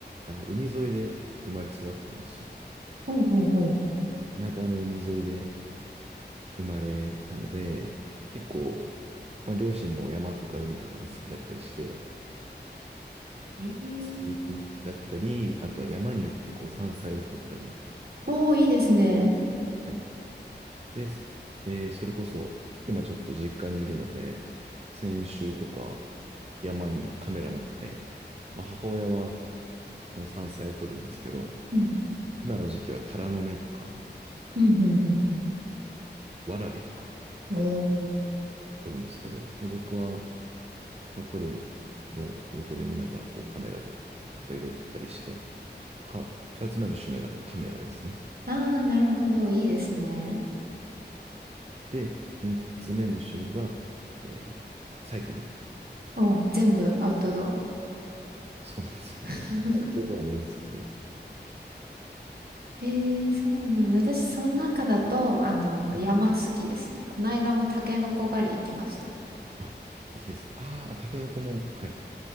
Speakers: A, on the right; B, on the right.
A: あの海沿いで生まれ育ったんですよ。
B: ほうほうほう。
A: 田舎の海沿いで生まれたので、結構、まあ、両親も山とか海とかが好きだったりして、
B: え
A: 釣りだったり、
B: え
A: あとは山に行ってこう山菜を取ったり、
B: おー、いいですね。
A: はい、で、えーそれこそ今ちょっと実家にいるので、先週とか、山にカメラ持って、まあ、母親はその山菜を撮るんですけど、
B: うん。
A: 今の時期はタラの芽とか、
B: うん、うん、う
A: わらびとか
B: ん。おー。
A: 撮るんですけど、で、僕は、まあ、撮るのを横で見ながらこうカメラで色を撮ったりして、か、二つ目の趣味はだからカメラですね。
B: あー、なるほど。いいですね。
A: で、三つ目の趣味が、えー、サイクリング。
B: おー、全部アウトドア。
A: そうなんですよ。
B: <laughs>
A: 僕は大好きで。
B: えー、そうなんだ。私、その中だと、あの、
A: うん
B: 山好きですね。この間もタケノコ狩り行きました。
A: あ、いいですね。ああ、タケノコも、はい、行